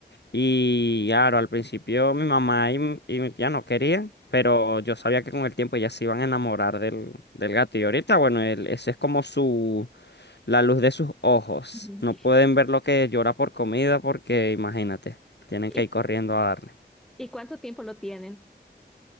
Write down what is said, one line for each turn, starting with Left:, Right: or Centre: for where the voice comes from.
Left: Y claro, al principio mi mamá y, m- y mi tía no querían, pero yo sabía que con el tiempo ellas se iban a enamorar del, del gato. Y ahorita, bueno, él- ese es como su, la luz de sus ojos.
Centre: Ujú.
Left: No pueden ver lo que llora por comida porque, imagínate, tienen
Centre: ¿Y,
Left: que ir corriendo a darle.
Centre: y cuánto tiempo lo tienen?